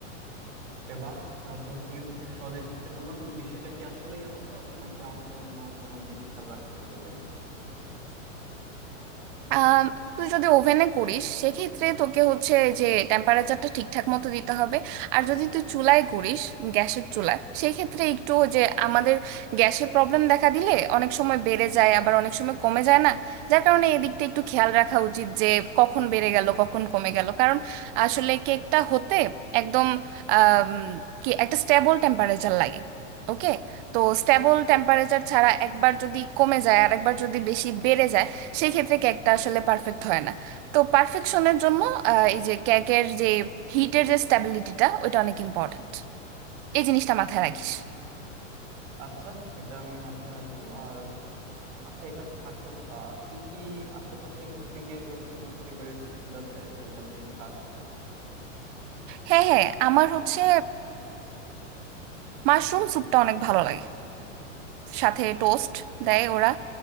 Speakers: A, on the right; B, on the right.
A: আরে বাহ আহ, তোর থেকে তো খুব সহজে শিখতে পারলাম বিষয়টা কি আসলেই এত সহজ নাকি আমাকে অন্য কোনো দিক খেয়াল রাখতে হবে এটা নিয়ে
B: আম, তুই যদি ওভেনে করিস সেক্ষেত্রে তোকে হচ্ছে যে টেম্পারেচারটা ঠিকঠাক মতো দিতে হবে আর যদি তুই চুলায় করিস গ্যাসের চুলায় সেক্ষেত্রে একটু যে আমাদের গ্যাসের প্রবলেম দেখা দিলে অনেক সময় বেড়ে যায় আবার অনেক সময় কমে যায় না যার কারণে এদিকটা একটু খেয়াল রাখা উচিত যে কখন বেড়ে গেল কখন কমে গেল কারণ আসলে কেকটা হতে একদম আম, কি একটা স্টেবল টেম্পারেচার লাগে ওকে তো স্টেবল টেম্পারেচার ছাড়া একবার যদি কমে যায় আর একবার যদি বেশি বেড়ে যায় সেই ক্ষেত্রে কেকটা আসলে পারফেক্ট হয় না তো পারফেকশনের জন্য আহ, এই যে কেকের যে হিটের যে স্ট্যাবিলিটিটা ওইটা অনেক ইম্পর্ট্যান্ট এই জিনিসটা মাথায় রাখিস
A: আচ্ছা এটা আমি মাথায় রাখবো আর আচ্ছা এটা থাকুক আহ তুই কি আশেপাশে ঘুরতে গিয়ে তোর কোনো ফেভারিট ফুড আছে যেগুলো তুই খাস
B: হ্যাঁ হ্যাঁ আমার হচ্ছে মাশরুম স্যুপটা অনেক ভালো লাগে সাথে টোস্ট দেয় ওরা